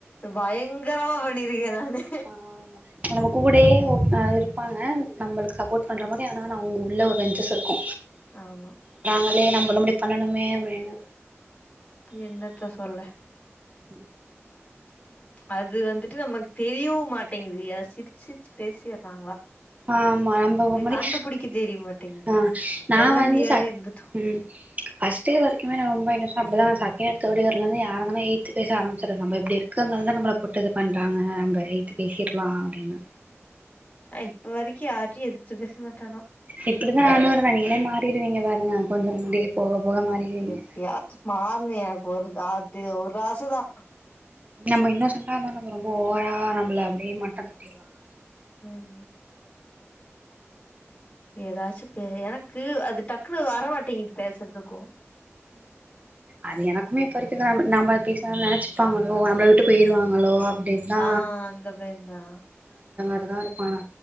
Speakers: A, on the left; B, on the right.
A: பயங்கரமா பண்ணிருக்கே நானு
B: ஆமா நம்ம கூடயே வொக்காந்துருப்பாங்க நம்மளுக்கு சப்போர்ட் பண்ணுற மாரி ஆனா ந அவுங்க உள்ள ஒரு பெஞ்சஸ் இருக்கு
A: ஆமா
B: வெலே நம்மளு இப்டி பண்ணணுமே அப்டின்னு
A: என்னத்த சொல்ல
B: ம்
A: அது வந்துட்டு நமக்கு தெரியவு மாட்டேங்குது ய சிரிச்சிரிச்சு பேசியறா
B: ஆ ஆமா நம்ம முடி
A: கண்டுபிடிக்க தெரிய மாட்டேங்குது
B: ஆ நா
A: வெள்ளந்தியாவே
B: வந்து ச
A: இருந்துட்டோ
B: உம் பஸ்டே வரைக்குமே நா ரொம்ப இர அப்டிதா நா செகண்ட் இயர் தேடி வர்லந்துயாருந்தே எயி்த்து பேச ஆரம்பச்சறது நம்ப இப்பிடி இருக்கந்தால தா நம்மள போட்டு இது பண்றாங்க நம்ம எயி்தது பேசிடலா அப்பிடின்னு
A: அ இப்ப வரைக்கு யாருட்டி எதிச்சு பேச மாட்டானோ
B: இப்டிதா நானு இருந்தே நீங்களே மாறிருவீங்க பாருங்க கொஞ்ச முடிய போக போக மாறிடுவீங்க
A: எப்பிடியாச்சு மாறணு எனக்கு ஒரு தாத்து ஒரு ஆசுதா
B: நம்ம இன்னு சொன்னாந்தா நம்ம ரொம்ப ஓவரா நம்பள அப்பிடியே மட்ட தட்டிருவாங்க
A: ம் ஏதாச்சு பே எனக் க்கு அது டக்குனு வர மாட்டேங்குது பேசுறதுக்கு
B: அது எனக்குமே இப்ப இருக்குறது நம்ம நம்ம பேசாத நெனைச்சுப்பாங்களோ நம்பள விட்டு போயிருவாங்களோ அப்டின்தா
A: ஆ அந்த பய தா
B: அங்கதா இருப்பானா